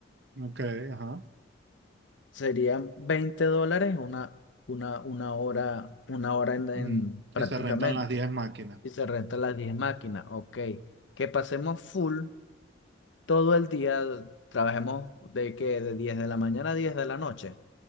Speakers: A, on the right (about 60°); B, on the left (about 75°).
A: Ok, ajá. <clears throat>
B: serían 20 dólares una, una, una hora, una hora en, en-
A: Mm,
B: prácticamente.
A: Si se rentan las diez máquinas.
B: Y se rentan las 10 máquinas. Ok. Que pasemos full. todo el día trabajemos de que de 10 de la mañana a 10 de la noche.